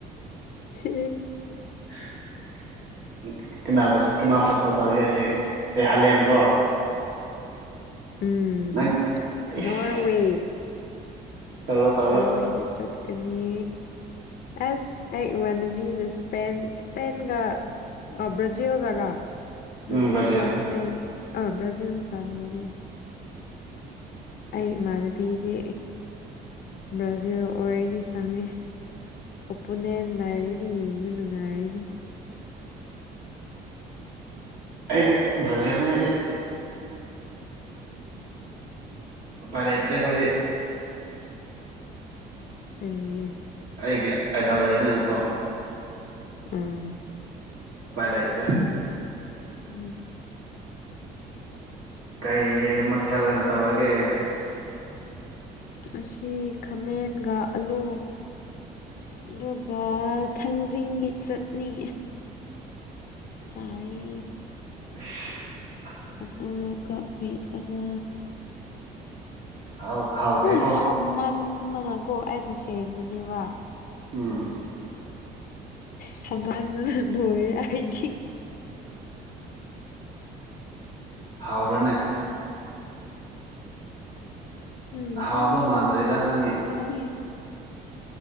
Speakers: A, on the left (about 60°); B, on the right (about 70°).
A: ꯎꯝ
B: <unintelligible> ꯀꯅꯥꯕꯨ ꯀꯅꯥ ꯁꯞꯄꯣꯔꯠ ꯇꯧꯔꯤꯒꯦꯅꯦ ꯁꯤ ꯑꯦ ꯍꯂꯦꯟ ꯀꯣ
A: ꯎꯝ
B: ꯅꯪ ꯏꯁ
A: ꯅꯣꯔꯋꯦ
B: ꯇꯧꯔꯣ ꯇꯧꯔꯣ
A: ꯅꯣꯔꯋꯦꯗ ꯆꯠꯀꯅꯤ ꯑꯁ ꯑꯩ ꯏꯃꯥꯟꯅꯕꯤꯅ ꯁꯄꯦ ꯁꯄꯦꯟꯒ ꯭ꯔꯖꯤꯜꯒꯔ ꯕ꯭ꯔꯥꯖꯤꯜꯒ
B: ꯎꯝ ꯕ꯭ꯔꯥꯖꯤꯜꯅꯦ
A: ꯏꯁꯄꯦꯟ ꯑꯥ ꯕ꯭ꯔꯥꯖꯤꯜꯒ ꯅꯣꯔꯋꯦ ꯑꯩ ꯏꯃꯥꯟꯅꯕꯤꯗꯤ ꯕ꯭ꯔꯥꯖꯤꯜ ꯑꯣꯏꯔꯅꯤ ꯈꯪꯉꯤ ꯑꯣꯄꯨꯅꯦ ꯂꯩꯥꯏꯔꯅꯤ ꯌꯦꯡꯕ ꯅꯨꯡꯉꯥꯏꯔꯅꯤ
B: ꯑꯩꯗꯤ ꯕ꯭ꯔꯖꯤꯜ ꯅ ꯏꯗꯤ ꯄꯔꯇꯦꯈꯣꯏꯗꯤꯦ
A: ꯀꯔꯤꯒꯦ
B: ꯑꯩꯒꯤ ꯑꯥꯏꯗꯥꯜ ꯂꯩꯕꯅꯤꯅꯀꯣ
A: ꯑꯥ
B: ꯐꯂꯥꯏꯇ꯭ꯔꯦ
A: ꯎꯝ
B: ꯀꯩ ꯃꯊꯦꯜꯅ ꯇꯧꯔꯒꯦ
A: ꯑꯁꯤ ꯈꯥꯃꯦꯟꯒ ꯑꯥꯂꯨ ꯑꯗꯨꯒ ꯊꯥꯡꯖꯤꯡꯒꯤ ꯆꯠꯅꯤ ꯆꯔ
B: ꯑ
A: ꯃꯣꯔꯣꯒ ꯄꯦꯠ ꯂꯒꯥ
B: ꯍꯥꯎ ꯍꯥꯎꯇꯦꯀꯣ
A: ꯅ ꯁꯃꯟ ꯃꯅꯀꯣ ꯑꯩꯅ ꯁꯦꯝꯕꯅꯦꯕ
B: ꯎꯝ
A: ꯁꯃꯥꯟꯗꯨꯅ ꯂꯣꯏꯔꯦ ꯑꯩꯗꯤ
B: ꯍꯥꯥꯎꯕ꯭ꯔꯥꯅꯦ
A: ꯎꯝ
B: ꯍꯥꯎꯗꯣ
A: ꯌꯥꯝ
B: ꯃꯥꯥꯟꯗ꯭ꯔꯦꯗ ꯅꯪꯒꯤ
A: ꯍꯥꯎꯋꯦ